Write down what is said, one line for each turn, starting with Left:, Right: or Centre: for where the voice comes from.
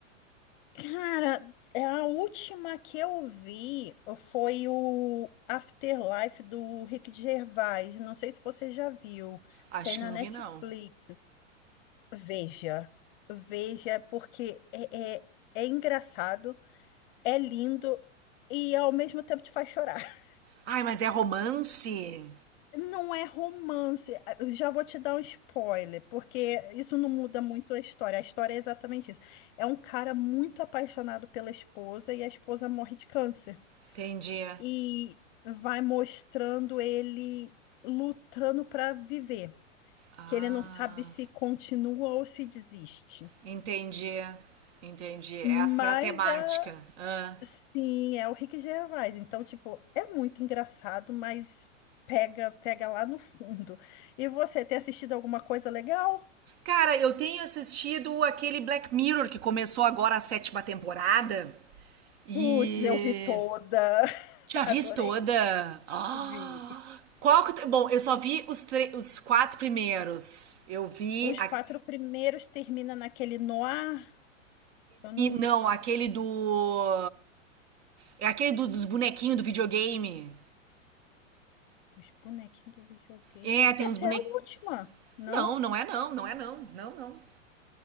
Left: Cara, é a última que eu vi foi o Afterlife do Rick Gervais. Não sei se você já viu.
Right: Acho
Left: Tem na
Right: que não
Left: Netflix.
Right: vi, não.
Left: Veja, veja, porque é, é, é engraçado, é lindo e ao mesmo tempo te faz chorar. <laughs>
Right: Ai, mas é romance?
Left: Não é romance. Ah, Eu Já vou te dar um spoiler, porque isso não muda muito a história. A história é exatamente isso. É um cara muito apaixonado pela esposa e a esposa morre de câncer.
Right: Entendi.
Left: E vai mostrando ele lutando para viver,
Right: Ah,
Left: que ele não sabe se continua ou se desiste.
Right: entendi. Entendi.
Left: Mas
Right: Essa é a temática.
Left: é.
Right: Ah.
Left: Sim, é o Rick Gervais. Então, tipo, é muito engraçado, mas pega, pega lá no fundo. E você, tem assistido alguma coisa legal?
Right: Cara, eu tenho assistido aquele Black Mirror que começou agora a sétima temporada e
Left: Putz, eu vi toda. <laughs>
Right: já vi
Left: Adorei.
Right: toda. <gasps> Ah!
Left: Vi.
Right: Qual que... eu- te- Bom, eu só vi os, tre- os quatro primeiros. Eu vi
Left: Os
Right: aquele
Left: quatro primeiros termina naquele noir. Eu não
Right: Não,
Left: lembro
Right: aquele do... É aquele do- dos bonequinhos do videogame.
Left: dos bonequinhos do videogame.
Right: É, tem
Left: Essa
Right: uns bonequinhos...
Left: é a última, não?
Right: Não, não é não, não é não. Não, não.